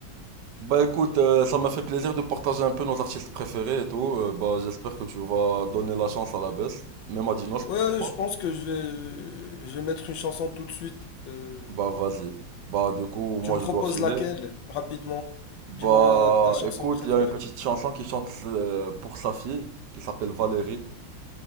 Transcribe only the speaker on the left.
Ouais,
je pense que je vais, je vais mettre une chanson tout de suite. Euh,
tu me
proposes
laquelle, rapidement?
Dis-moi euh, ta chanson
préférée.